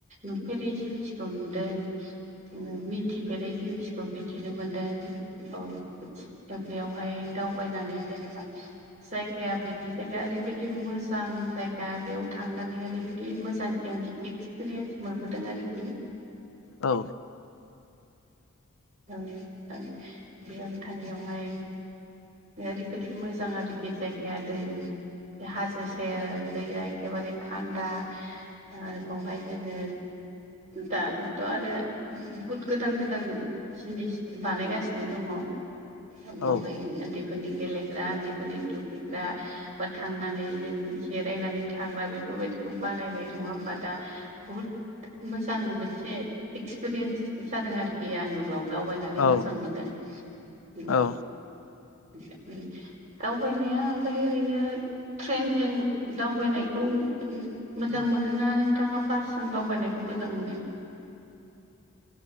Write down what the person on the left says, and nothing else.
औ।
औ
औ
औ
उम